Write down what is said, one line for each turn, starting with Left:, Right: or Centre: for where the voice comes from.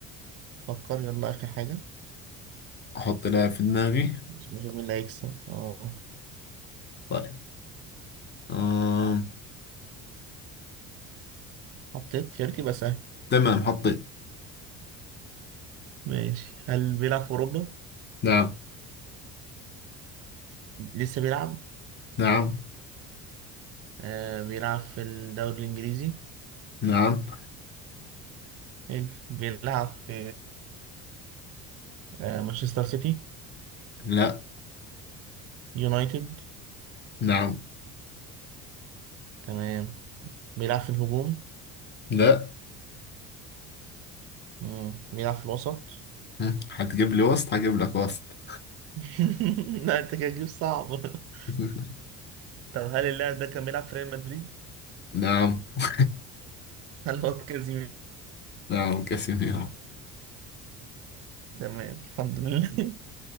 Right: فكر يلا آخر حاجة
Left: أحط لاعب في دماغي
Right: نشوف مين اللي هيكسب أه
Left: طيب آم.
Right: حطيت يا ريت يبقى سهل
Left: تمام حطيت
Right: ماشي هل بيلعب في أوروبا؟
Left: نعم
Right: لسه بيلعب
Left: نعم
Right: أه بيلعب في الدوري الإنجليزي
Left: نعم
Right: حلو بيلعب في آه، مانشستر سيتي
Left: لا
Right: يونايتد
Left: نعم
Right: تمام بيلعب في الهجوم
Left: لا
Right: مم. بيلعب في الوسط
Left: هم، هتجيب لي وسط هجيب لك وسط
Right: <laughs> لا انت كده تجيب صعب <laughs>
Left: <laughs>
Right: طب هل اللاعب ده كان بيلعب في ريال مدريد؟
Left: نعم <laughs>
Right: هل هو كازيميرو؟
Left: نعم كاسيميرو
Right: تمام الحمد لله <laughs>